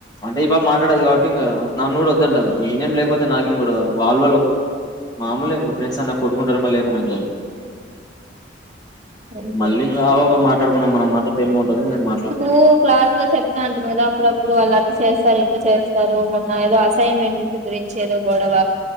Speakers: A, on the left; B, on the right.
A: అంటే ఈ పాప మాట్లాడదు కాబట్టి ఇంకా నన్న నన్ను కూడా వద్దంటది నేనేం లేకపోతే నాకేం గొడవ వాళ్లు వాళ్ళ మాములే ఇంక ఫ్రెండ్స్ అన్నాక కొడుకుంటారు మల్లె గారు
B: అంతే
A: మళ్ళీం అ వ వో మా పడుకున్నాం మనం మకె !!!!!!! నేను మాట్లాడుకున్న
B: కు క్లాస్ లో చెప్తా అంటరు కదా అప్పుడప్పుడు వాళ్ళ చేస్తారు ఇట్లా చేస్తారు మొన్న ఏదో అసైన్మెంట్ గురించి ఏదో గొడవ